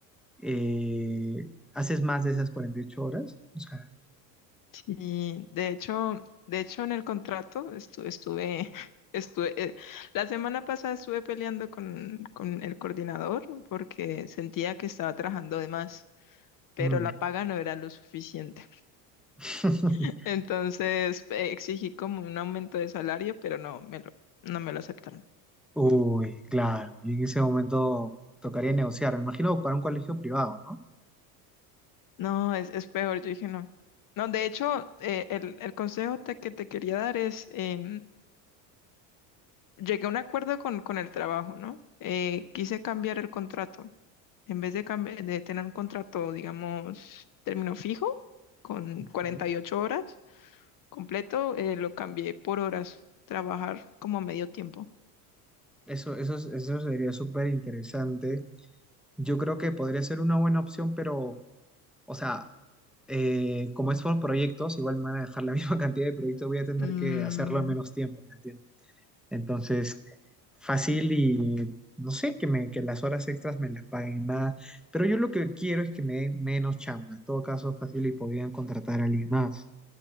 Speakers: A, in the centre; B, on the left.
A: eh, haces más de esas 48 horas? o sea
B: Y de hecho, de hecho en el contrato estu- estuve, <laughs> estuve, eh, la semana pasada estuve peleando con, con el coordinador porque sentía que estaba trabajando de más, pero
A: Mm.
B: la paga no era lo suficiente.
A: <laughs>
B: <laughs> Entonces eh, exigí como un aumento de salario, pero no me lo, no me lo aceptaron.
A: Uy, claro. Y en ese momento tocaría negociar. Me imagino para un colegio privado, ¿no?
B: No, es, es peor, yo dije no. No, de hecho, eh, el, el consejo te- que te quería dar es, em, llegué a un acuerdo con, con el trabajo, ¿no? Eh, quise cambiar el contrato. En vez de, cambi- de tener un contrato, digamos, término fijo, con cuarenta
A: Ujú.
B: y ocho horas completo, eh, lo cambié por horas, trabajar como a medio tiempo.
A: Eso, eso, es- eso sería súper interesante. Yo creo que podría ser una buena opción, pero, o sea, eh, como es por proyectos, igual me van a dejar la <laughs> misma cantidad de proyectos, voy a tener
B: Mm,
A: que hacerlo en menos tiempo, ¿me entiendes? Entonces, fácil y no sé, que, me, que las horas extras me las paguen más. Pero yo lo que quiero es que me den menos chamba. En todo caso, fácil y podrían contratar a alguien más,